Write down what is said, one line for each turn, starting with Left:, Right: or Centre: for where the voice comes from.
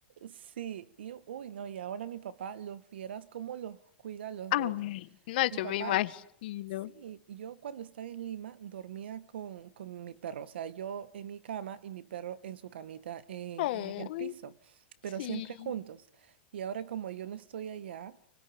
Right: Sí, y uy, no, y ahora mi papá, los vieras cómo los cuida
Left: <laughs>
Right: a los
Left: Ay,
Right: dos.
Left: no, yo
Right: Mi papá,
Left: me imagino.
Right: sí, yo cuando estaba en Lima dormía con, con mi perro, o sea, yo en mi cama y mi perro en su camita en,
Left: Ay,
Right: en el piso, pero
Left: sí.
Right: siempre juntos. Y ahora como yo no estoy allá,